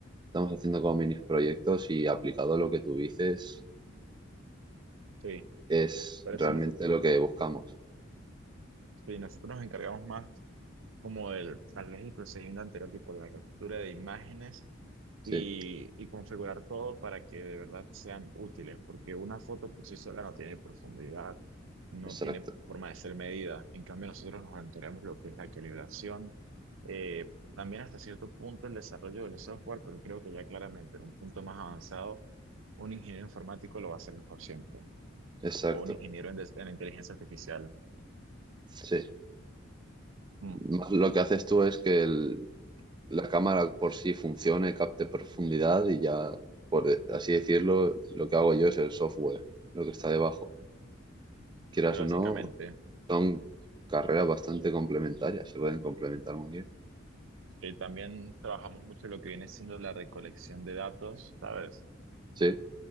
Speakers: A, on the right; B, on the right.
A: Estamos haciendo como mini proyectos y aplicado a lo que tú dices
B: Sí,
A: es
B: pero
A: realmente
B: si nosotros,
A: lo que buscamos.
B: si nosotros nos encargamos más como del tal vez el procedimiento anterior, tipo la captura de imágenes
A: Sí,
B: y, y configurar todo para que de verdad sean útiles, porque una foto por sí sola no tiene profundidad, no
A: exacto,
B: tiene forma de ser medida. En cambio, nosotros nos monitoreamos lo que es la calibración, eh, también hasta cierto punto el desarrollo del software, pero creo que ya claramente en un punto más avanzado, un ingeniero informático lo va a hacer mejor siempre,
A: exacto.
B: o un ingeniero en, des- en inteligencia artificial.
A: Sí.
B: Mm.
A: Más Lo que haces tú es que el- la cámara por sí funcione, capte profundidad y ya, por de- así decirlo, lo que hago yo es el software, lo que está debajo. Quieras
B: Y básicamente,
A: o no, son carreras bastante complementarias, se pueden complementar muy bien.
B: eh, también trabajamos mucho lo que viene siendo la recolección de datos, ¿sabes?
A: Sí,